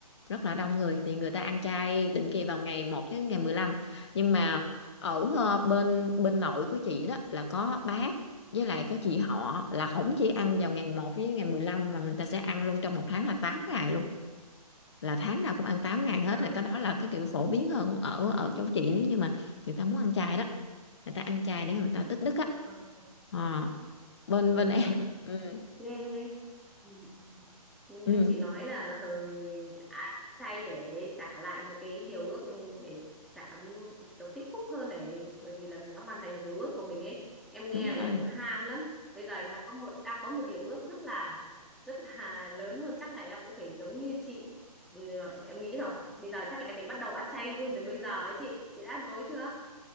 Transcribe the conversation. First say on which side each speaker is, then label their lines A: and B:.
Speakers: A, on the left; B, in the centre.
A: rất là đông người thì người ta ăn chay định kỳ vào ngày một với ngày mười lăm nhưng mà ở ờ, bên bên nội của chị đó là có bác với lại có chị họ là không chỉ ăn vào ngày một với ngày mười lăm mà người ta sẽ ăn luôn trong một tháng là tám ngày là tháng nào cũng ăn 8 ngày hết
B: À?
A: rồi cái đó
B: À,
A: là cái kiểu phổ biến hơn ở ở chỗ chị nếu như mà người ta muốn ăn chay đó người ta ăn chay để người ta tích đức á
B: à,
A: Ờ, bên
B: vâng
A: bên em
B: vâng
A: <laughs> ừ,
B: nghe nghe Ừ. nghe
A: ừ,
B: chị nói là hờ, ai chay để trả lại một cái điều ước ừ, để trả ừ, kiểu tích phúc hơn để bởi vì là mình đã hoàn thành được điều ước của mình ấy em nghe
A: đúng
B: là
A: rồi
B: em cũng ham lắm bây giờ em đã có một đang có một điều ước rất là rất là <laughs> lớn luôn chắc là em cũng phải giống như chị Ừ, để em nghĩ rồi bây giờ chắc là em phải bắt đầu ăn chay luôn từ bây giờ ấy chị chị đã ăn tối chưa